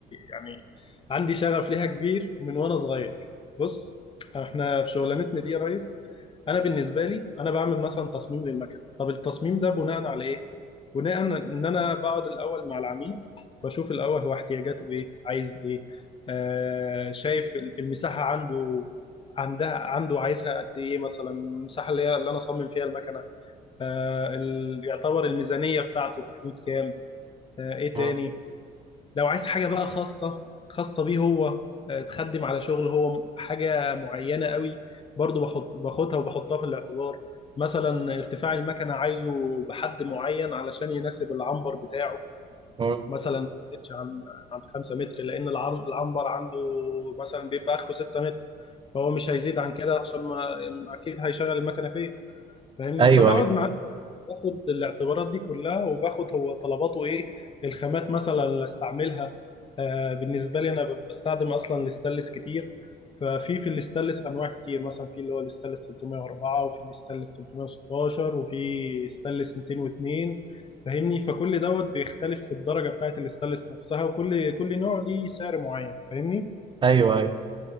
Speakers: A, on the left; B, on the right.
A: يعني عندي شغف ليها كبير من وانا صغير بص احنا في شغلانتنا دي يا ريس انا بالنسبه لي انا بعمل مثلا تصميم للمكن طب التصميم ده بناء على ايه بناء ان انا بقعد الاول مع العميل بشوف الاول هو احتياجاته ايه عايز ايه آه شايف المساحه عنده عندها عنده عايزها قد ايه مثلا المساحه اللي هي اللي انا اصمم فيها المكنه آه، ال- يعتبر الميزانية بتاعته في حدود كام آه، ايه تاني
B: مم.
A: لو عايز حاجة بقى خاصة خاصة بيه هو آه، تخدم على شغل هو حاجة معينة قوي برضو باخد باخدها وبحطها في الاعتبار مثلا ارتفاع المكنة عايزه بحد معين علشان يناسب العنبر بتاعه
B: مم.
A: مثلا ما يزيدش عن عن 5 متر لأن العن- العنبر عنده مثلا بيبقى آخره 6 متر فهو مش هيزيد عن كده عشان ما أكيد هيشغل المكنة فين فاهمني
B: ايوه
A: فبقعد
B: ايوه
A: معاه باخد الاعتبارات دي كلها وباخد هو طلباته ايه الخامات مثلا اللي استعملها آه بالنسبه لي انا ب- بستخدم اصلا الاستانلس كتير ففي في الاستانلس انواع كتير مثلا في اللي هو الاستانلس 304 وفي الاستانلس 316 وفي استانلس 202 فاهمني فكل دوت بيختلف في الدرجه بتاعت الاستانلس نفسها وكل كل نوع ليه سعر معين فاهمني
B: ايوه ايوه